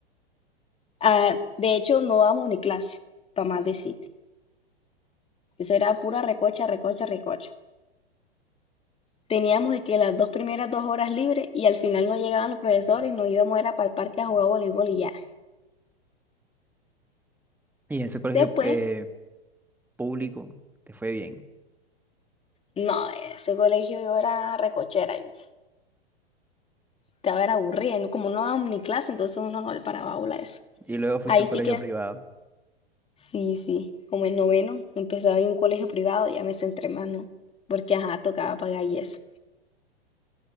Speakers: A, on the left; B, in the centre.
A: Ah, de hecho, no dábamos ni clase, para más decirte. Eso era pura recocha, recocha, recocha. Teníamos de que las dos primeras dos horas libres y al final no llegaban los profesores y nos íbamos era para el parque a jugar voleibol y ya.
B: Y en ese colegio
A: Después,
B: eh, público te fue bien.
A: no, ese colegio yo era recochera, yo estaba era aburrida, y no- como no dábamos ni clase, entonces uno no le paraba bola a eso.
B: Y luego fuiste
A: Ahí
B: a un
A: sí
B: colegio
A: que
B: privado.
A: Sí, sí, como el noveno, empezaba en un colegio privado, ya me centré más, ¿no? Porque, ajá, tocaba pagar y eso.